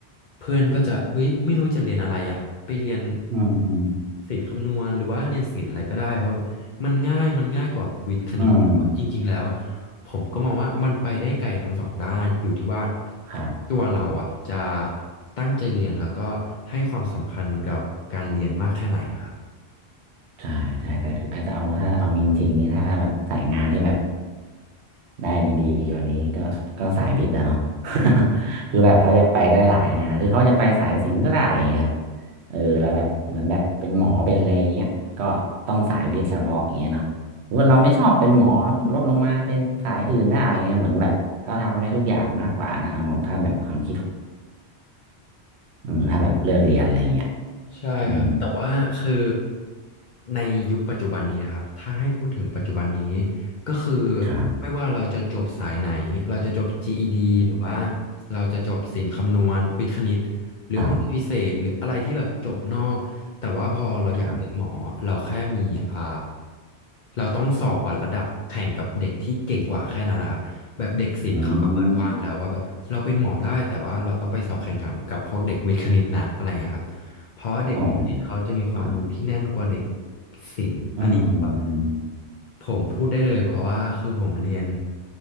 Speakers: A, on the left; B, on the right.
A: เพื่อนก็จะเฮ้ยไม่รู้จะเรียนอะไรอ่ะไปเรียน
B: อืมอืม
A: ศิลป์คำนวณหรือว่าเรียนศิลป์อะไรก็ได้เพราะมันง่ายมันง่ายกว่าวิทย์คณิตแต่ว่าจริงๆแล้ว
B: อืม
A: ผมก็มองว่ามันไปได้ไกลทั้งสองด้านอยู่ที่ว่า
B: ครับ
A: ตัวเราอ่ะจะตั้งใจเรียนแล้วก็ให้ความสำคัญกับการเรียนมากแค่ไหนครับ
B: ใช่ใช่แต่คือแต่เอาถ้าเอาจริงๆนี่ถ้าแบบสายงานนี่แบบได้ดีๆกว่านี้ก็ก็สายวิทย์อะเนาะ <laughs> คือแบบเขาจะไปได้หลายงานคือเขาจะไปสายศิลป์ก็ได้อย่างเงี้ยครับเออแล้วแบบเหมือนแบบเป็นหมอเป็นอะไรอย่างเงี้ยก็ต้องสายวิทย์เฉพาะอย่างเงี้ยเนาะหรือว่าเราไม่ชอบเป็นหมอเราก็ลดลงมาเป็นสายอื่นได้อย่างเงี้ยเหมือนแบบเขาทำได้ทุกอย่างมากกว่านะเอาถ้าแบบความคิดอืมถ้าแบบเลือกเรียนอะไรอย่างเงี้ย
A: ใช่ครับแต่ว่าคือ
B: อืม
A: ในยุคปัจจุบันนี้นะครับถ้าให้พูดถึงปัจจุบันนี้ก็คือ
B: ครับ
A: ไม่ว่าเราจะจบสายไหนเราจะจบ GED
B: อืม
A: หรือว่าเราจะจบศิลป์คำนวณวิทย์คณิตหรือห้องเรียนพิเศษหรืออะไรที่แบบจบนอกแต่ว่าพอเราอยากเรียนหมอเราแค่มีอ่า
B: ครับครับ
A: เราต้องสอบวัดระดับแข่งกับเด็กที่เก่งกว่าแค่นั้นนะครับแบบเด็กศิลป์เขาก็เปิดกว้างแล้วว่าแบบเราเป็นหมอได้แต่ว่าเราต้องไปสอบแข่งขันกับพวกเด็กวิทย์คณิตนะอะไรอย่างเงี้ยครับ
B: อืม
A: เพราะเด็กวิทย์คณิตเขาจะมีความรู้ที่แน่นกว่าเด็ก
B: โอ้โหครับ
A: ศิลป์อันนี้ผมแบบ
B: อืมอืมอืม
A: ผมพูดได้เลยเพราะว่าคือผมเรียน